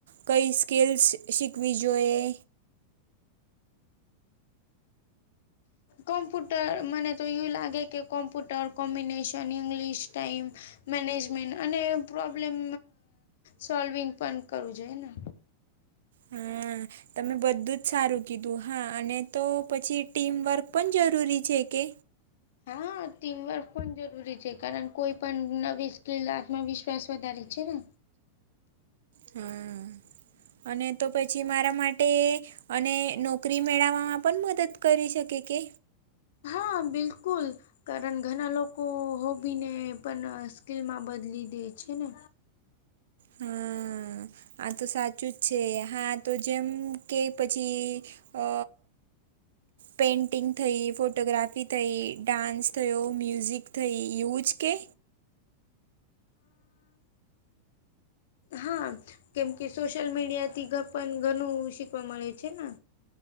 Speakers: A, on the right; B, on the left.
A: કઈ સ્કિલ્સ શીખવી જોઈએ?
B: કોમ્પુટર મને તો યુ લાગે કે computer combination English time management અને પ્રોબ્લેમ સોલ્વિંગ પણ કરવું જોઈએ ને
A: હા તમે બધું જ સારું કીધું. હા અને તો પછી ટીમવર્ક પણ જરૂરી છે કે?
B: હા ટીમવર્ક પણ જરૂરી છે. કારણ કોઈ પણ નવી સ્કીિલ આત્મવિશ્વાસ વધારે છે ને
A: હા અને તો પછી મારા માટે અને નોકરી મેળવવામાં પણ મદદ કરી શકે કે?
B: હા, બિલકુલ! કારણ ઘણા લોકો હોબીને પણ સ્કીિલમાં બદલી દે છે ને.
A: હા. આ તો સાચું જ છે. હા તો, જેમ કે પછી અ. પેઇન્ટિંગ થઈ, ફોટોગ્રાફી થઈ, ડાન્સ થયો, મ્યુઝિક થઈ, એવું જ કે?
B: હા કેમ કે સોશિયલ મીડિયાથી ઘપન ઘનુ શીખવા મળે છે ને.